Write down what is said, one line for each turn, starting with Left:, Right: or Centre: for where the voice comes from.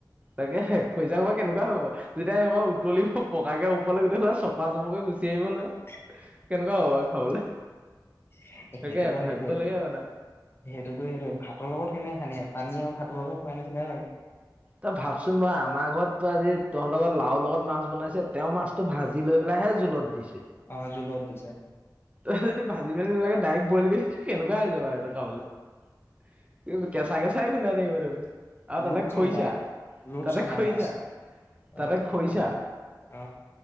Right: তাকেহে খৰিচাখোপা কেনেকুৱা হব যেতিয়া এবা উতলিব পকাকে ওপৰলৈ গোটেখোৱা চপা চপকে গুচি আহিব নহয়
Left: <inaudible>
Right: কেনেকুৱা হ'ব বাৰু খাবলে?
Left: সেইটো
Right: তাকে
Left: বাৰু
Right: ভাবিব
Left: সেইটোৱে,
Right: লগীয়া কথা
Left: সেইটোতো সেইটোৱে ভাতৰ লগত কেনেক সানি পানী আৰু ভাতৰ লগত খুৱাই নিছিনা লাগে।
Right: তই ভাবচোন বাও আমাৰ ঘৰত টো আজি তহঁতৰ লাওৰ লগত মাছ বনাইছে তেওঁ মাছটো ভাজি লৈ পেলাই হে জুলত দিছে।
Left: অঁ জুলত দিছে।
Right: তই যদি ভাজি মেলি নালাগে ডাইৰেক্ট বইল কৰিছ কেনেকুৱা হৈছে বাও এইটো খাবলে। কেঁচা কেঁচাই গুন্ধাই থাকিব দ্খোন আৰু
Left: ৰূপচন্দা
Right: তাতে খৰিচা
Left: ৰূপচন্দা
Right: তাতে খৰিচা
Left: মাছ অ
Right: তাতে খৰিচা
Left: ত অ